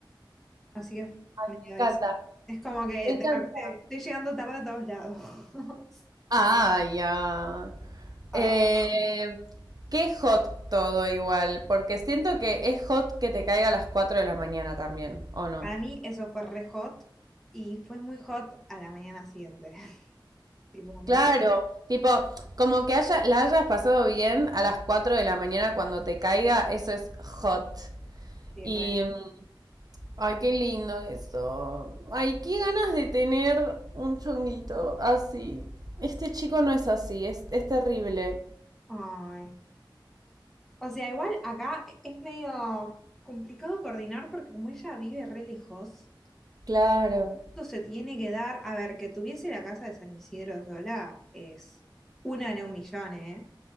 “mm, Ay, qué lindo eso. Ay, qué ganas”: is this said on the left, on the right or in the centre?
Right